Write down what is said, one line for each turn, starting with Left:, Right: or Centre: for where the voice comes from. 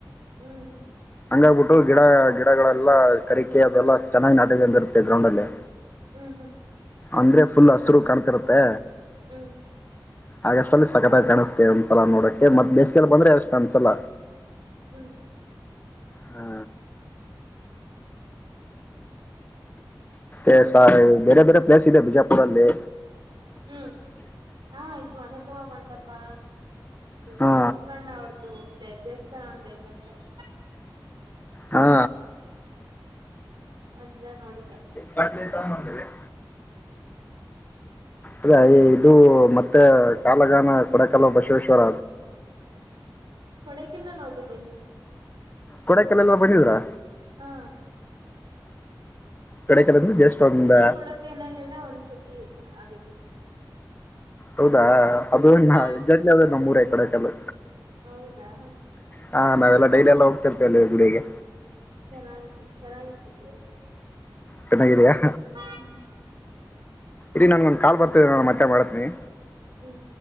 Right: ಹ್ಮ್ ಹ್ಮ್ ಹ್ಮ್
Left: ಹಂಗಾಗ್ಬಿಟ್ಟು ಗಿಡ ಗಿಡಗಳೆಲ್ಲಾ ಕರಿಕೆ ಅದೆಲ್ಲಾ ಚೆನ್ನಾಗಿ ನಾಟಕೊಂಡಿರುತ್ತೆ ಗ್ರೌಂಡ್ ಅಲ್ಲಿ.
Right: ಹ್ಮ್ ಹ್ಮ್ ಹ್ಮ್
Left: ಅಂದ್ರೆ ಫುಲ್ ಹಸರು ಕಾಣ್ತಿರತ್ತೆ.
Right: ಹ್ಮ್
Left: ಆಗಸ್ಟ್ ಅಲ್ಲಿ ಸಕತಾಗಿ ಕಾಣ್ತತೆವೆ ಒಂದ್ಸಲ ನೋಡಕಕ್ಕೆ ಮತ್ ಬೇಸಿಕಲ್ಲಿ ಬಂದ್ರೆ ಅಷ್ಟು ಅನ್ಸಲ.
Right: ಹ್ಮ್
Left: ಹಾ ಎ ಸಾರೀ ಬೇರೆ ಬೇರೆ ಪ್ಲೇಸ್ ಇದೆ ಬಿಜಾಪುರದಲ್ಲಿ.
Right: ಹ್ಮ್ ಹಾ ಇದು ಅನುಭವ ಮಂಟಪಾ. ಇದು
Left: ಹಾ
Right: ಬಸವಣ್ಣ ಅವ್ರ್ದು ದೇವಸ್ಥಾನ ಒಂದ ಐತಂತಲ್ಲ.
Left: ಹಾ
Right: ಅದ್ನ್ನ ನೋಡಿಲ್ಲ.
Left: ಬಟ್ಲಿ ತಂಗೊಂಡ ಬಂದಿರಿ. ಅದೇಯ ಇದು ಮತ್ತೆ ಕಾಲಗಾನ ಕೊಡಕಲು ಬಸವೇಶ್ವರ.
Right: ಕೊಡಕನ್ನಲ್ಲ ಹೋಗಿದ್ದೀನಿ.
Left: ಕೊಡಿಕೇನ್ನಲ ಬಂದಿದ್ರಾ.
Right: ಹಾ
Left: ಕೊಡಕಲ್ ಅಂದ್ರೆ ಜಸ್ಟ್ ಒಂದ
Right: ಊಟಿ ಕೊಡೋಕೆನಲ್ಲೆಲ್ಲ ಒಂದ್ಸತಿ ಆಗಿತ್ತು.
Left: ಹೌದಾ ಅದುಾ
Right: ಹ್ಮ್
Left: ಎಕ್ಸಾಕ್ಟ್ಲಿ ಅದೆ ನಮ್ಮೂರೇ ಕೊಡೆಕಲ್ಲು.
Right: ಹೌದಾ.
Left: ಹಾ ನಾವೆಲ್ಲ ಡೈಲಿ ಅಲ್ಲ ಹೋಗ್ತಿರ್ತೇವೆಲ್ಲಿ ಗುಡಿಗೆ.
Right: ಚೆನ್ನಾಗಿ ಚೆನ್ನಾಗಿತ್ತು ಪ್ಲೇಸ್.
Left: ಚನ್ನಗಿದ್ದೆಯಾ.
Right: ಹ್ಮ್
Left: ರಿ ನಾನಗೊಂದು ಕಾಲ್ ಬರ್ತಿದೆ ನಾನ ಮತ್ತೆ ಮಾಡತೀನಿ.
Right: ಹ್ಮ್